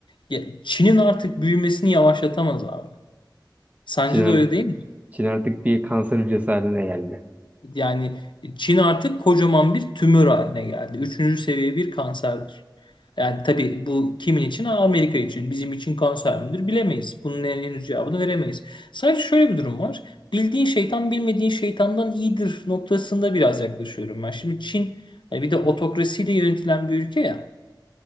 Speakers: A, on the left; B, on the right.
A: ya, Çin'in artık büyümesini yavaşlatamaz abi. Sence
B: Çin, art-
A: de öyle değil mi?
B: Çin artık bir kanser hücresi haline geldi.
A: Yani Çin artık kocaman bir tümör haline geldi. Üçüncü seviye bir kanserdir. Yani tabii bu kimin için? Aa, Amerika için. Bizim için kanser midir? Bilemeyiz. Bunun en- henüz cevabını veremeyiz. Sadece şöyle bir durum var. Bildiğin şeytan bilmediğin şeytandan iyidir noktasında biraz yaklaşıyorum ben. Şimdi Çin hani bir de otokrasiyle yönetilen bir ülke ya.